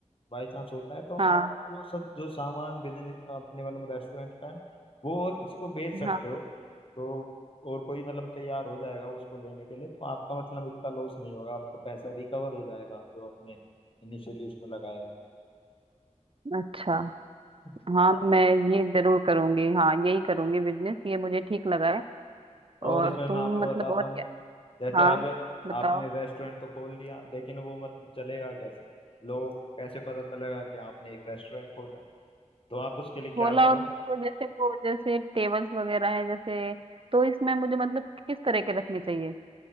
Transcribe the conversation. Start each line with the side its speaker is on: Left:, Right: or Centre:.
Left: बाई चांस होता है तो
Right: हाँ
Left: आप वो सब जो सामान बिजनेस अपने मतलब रेस्टोरेंट का है वो और किसी को बेच सकते
Right: हाँ
Left: हो तो और कोई मतलब तैयार हो जाएगा उसको लेने के लिए तो आपका मतलब इतना लॉस नहीं होगा आपका पैसा रिकवर हो जाएगा जो आपने इनिशियली उसमें लगाया है
Right: अच्छा
Left: है
Right: हाँ
Left: ना
Right: मैं ये जरूर करूंगी हाँ यही करूंगी बिजनेस ये मुझे ठीक लगा है
Left: और
Right: और
Left: इसमें
Right: तुम
Left: मैं आपको
Right: मतलब
Left: बताता
Right: और
Left: हूँ
Right: क्या
Left: जैसे
Right: हाँ
Left: अब
Right: बताओ
Left: आपने रेस्टोरेंट तो खोल लिया लेकिन वो मतलब चलेगा कैसे लोगों को कैसे पता चलेगा कि आपने एक रेस्टोरेंट खोला तो आप उसके लिए क्या
Right: होला
Left: करो
Right: और मुझको जैसे वो जैसे टेबल्स वगैरह है जैसे तो इसमें मुझे मतलब किस तरह के रखने चाहिए